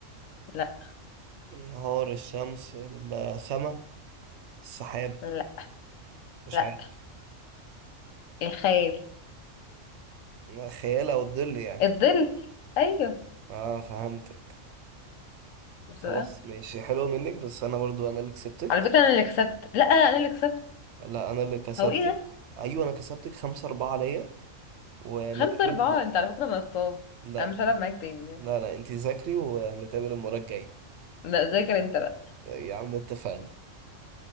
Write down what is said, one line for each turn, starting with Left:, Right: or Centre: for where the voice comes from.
Left: لا
Right: النهار الشمس السما السحاب
Left: لا
Right: مش
Left: لا
Right: عارف
Left: الخيال
Right: خيال أو الظل يعني
Left: الظل ايوه
Right: اه فهمتك
Left: مش
Right: خلاص
Left: بقى.
Right: ماشي حلو منك بس أنا برضو أنا اللي كسبتك
Left: على فكرة انا اللي كسبت لا انا اللي كسبت
Right: لا انا اللي كسبتك
Left: هو ايه ده
Right: ايوه انا كسبتك خمسة اربعة ليا ونتقابل
Left: خمسة اربعة
Right: الم...
Left: انت على فكرة نصاب
Right: لا
Left: انا مش هلعب معاك تاني يعني.
Right: لا لا انتي ذاكري ونتقابل المرة الجاية
Left: لا ذاكر انت بقى
Right: يا عم اتفقنا